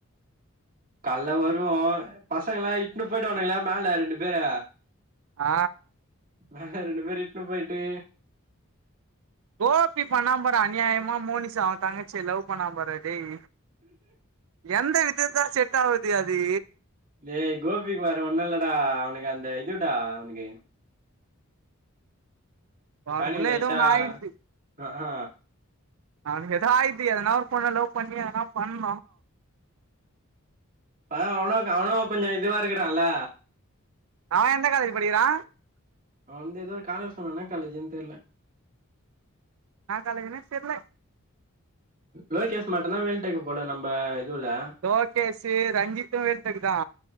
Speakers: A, on the right; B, on the right.
A: கால்ல வருவோ பசங்களா இட்னு போயிட்டு வனுங்களா மேல ரெண்டு பேரு
B: ஆ
A: ஆ ரெண்டு பேர் இட்டனு போயிட்டு
B: கோபி பண்ணா பாரு அநியாயமா மோனிச அவ தங்கச்சி லவ் பண்ண பாருடா டேய் எந்த விதத்தா செட் ஆகுது அது
A: லேய் கோபிக்கு வேற ஒன்னு இல்லடா அவ்னுக் அந்த இதுடா அவ்னுக்கு
B: பானுக்குள்ள
A: பையனுக்கு லைட்டா
B: எதோ ஒன்னு ஆயிட்ச்சு
A: ஆ ஆ
B: அவ்னுக் எதோ ஒன்னு ஆயிட்த்து எதனா ஒரு பொண்ண லவ் பண்ணி எதனா பண்ணு
A: அ அவுனக் அவனு கொஞ்ச இதுவா இருக்குறால்ல
B: அவ எந்த காலேஜ் படிக்கிறா
A: அவ் வந்த இதோ காலே சொன்னா இன்னா காலேஜின் தெர்ல
B: நா காலேஜின்னே தெர்ல
A: லோகேஸ் மட்டுந்தா வேல் டெக்கு போல நம்ம இதுவுல
B: லோகேசு ரஞ்சித்து வேல் டெக்கு தா